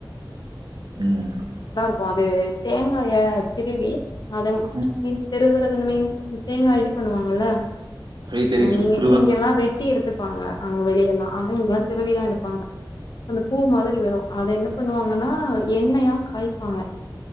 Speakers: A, on the right (about 65°); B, on the left (about 60°).
A: உம்
B: கு அது தேங்காய திருவி அத
A: ம்.
B: மீன்ஸ் திருகு <unintelligible> மீன்ஸ் தேங்கா இது பண்ணுவாங்கள
A: தெரியும், தெரியும்.
B: நீங்க
A: சோ திருவாதிரை
B: இங்கெல்லா வெட்டி எடுத்து ங்க அங்க வெளியல்லா அத இங்கல்லா திருவிதா எடுப்பாங்க சோ அந்த பூ மாதிரி வரும் அதை என்ன பண்ணுவாங்கன்னா எண்ணெயா காய்பாங்க